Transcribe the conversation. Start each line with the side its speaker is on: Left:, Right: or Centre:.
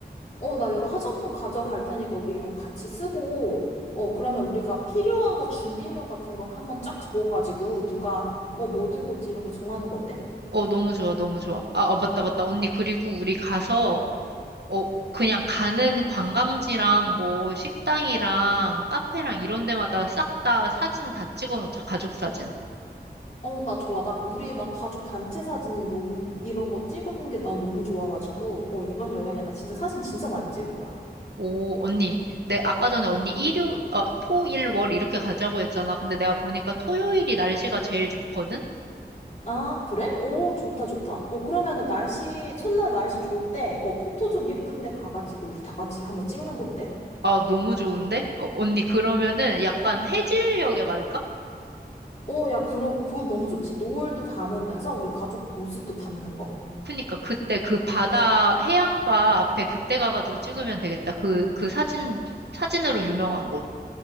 Left: 어, 나 내가 화장품 가져갈 테니까, 우리 이거 같이 쓰고, 어, 그러면 우리가 필요한 거 준비물 같은 거 한번 쫙 적어가지고, 누가, 어, 뭐 들고 오지 이런 거 정하는 거 어때?
Right: 어, 너무 좋아, 너무 좋아. 아, 아, 맞다, 맞다. 언니, 그리고 우리 가서, 어, 그냥 가는 관광지랑 뭐 식당이랑 카페랑 이런 데마다 싹 다 사진 다 찍어 놓자, 가족 사진.
Left: 어, 나 좋아. 나, 우리, 나 가족 단체 사진 너무, 이런 거 찍은 게 나 너무 좋아가지고, 어, 이번 여행에 나 진짜 사진 진짜 많이 찍을 거야.
Right: 오, 언니. 내 아까 전에 언니 일요, 어, 토, 일, 월 이렇게 가자고 했잖아. 근데 내가 보니까 토요일이 날씨가 제일 좋거든?
Left: 아, 그래? 오, 좋다, 좋다. 어, 그러면은 날씨, 첫날 날씨 좋을 때, 어, 포토존 예쁜 데 가가지고 우리 다 같이 한번 찍는 거 어때?
Right: 아, 너무 좋은데? 어, 언니, 그러면은 약간 해질녘에 갈까?
Left: 어, 야, 그러, 그거 너무 좋지. 노을도 담으면서 우리 가족 모습도 담는 거.
Right: 그니까 그때 그 바다, 해안가 앞에 그때 가가지고 찍으면 되겠다. 그, 그 사진, 사진으로 유명한 곳.